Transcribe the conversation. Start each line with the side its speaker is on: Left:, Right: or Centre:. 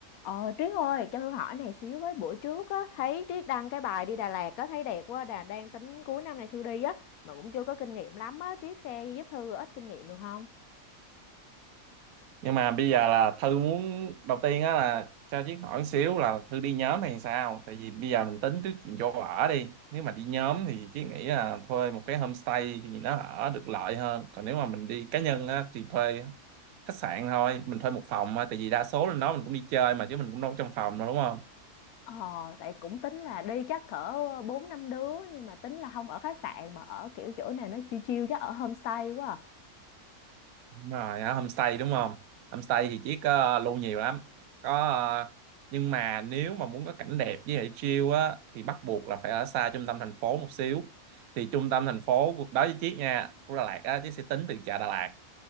Left: Ờ Trí ơi cho Thư hỏi này xíu với bữa trước á thấy Trí đăng cái bài đi Đà Lạt á thấy đẹp quá đà đang tính cuối năm này Thư đi á mà cũng chưa có kinh nghiệm lắm á Trí share giúp Thư ít kinh nghiệm được không?
Right: nhưng mà bây giờ là Thư muốn đầu tiên á là cho Chiết hỏi xíu là Thư đi nhóm hay sao tại vì bây giờ mình tính trước chuyện chỗ ở đi nếu mà đi nhóm thì Chiết nghĩ là thuê một cái homestay thì nó ở được lợi hơn còn nếu mà mình đi cá nhân á thì thuê khách sạn thôi mình thuê một phòng á tại vì đa số lên đó mình cũng đi chơi mà chứ mình cũng đâu có trong phòng đâu đúng không
Left: Ờ, tại cũng tính là đi chắc cỡ 4 5 đứa nhưng mà tính là không ở khách sạn mà ở kiểu chỗ này nó chill chill chắc ở homestay quá. À.
Right: Đúng rồi ở homestay đúng không homestay thì chỉ có lưu nhiều lắm có ờ, nhưng mà nếu mà muốn có cảnh đẹp với lại chill á thì bắt buộc là phải ở xa trung tâm thành phố một xíu thì trung tâm thành phố cuộc đó với Chiết nha của Đà Lạt á Chiết sẽ tính từ chợ Đà Lạt